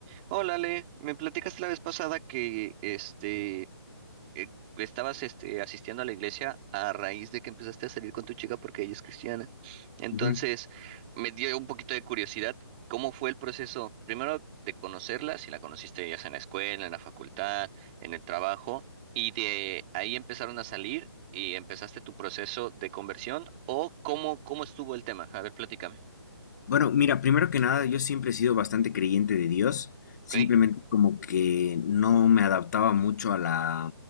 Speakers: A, on the right; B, on the left.
A: Hola, Ale, me platicaste la vez pasada que este eh, estabas este asistiendo a la iglesia a raíz de que empezaste a salir con tu chica porque ella es cristiana. Entonces,
B: Ujú.
A: me dio un poquito de curiosidad, ¿cómo fue el proceso? Primero de conocerla, si la conociste ya sea en la escuela, en la facultad, en el trabajo, y de ahí empezaron a salir y empezaste tu proceso de conversión o cómo cómo estuvo el tema. A ver, platícame,
B: Bueno, mira, primero que nada, yo siempre he sido bastante creyente de Dios, simplemente
A: ¿ok?
B: como que no me adaptaba mucho a la,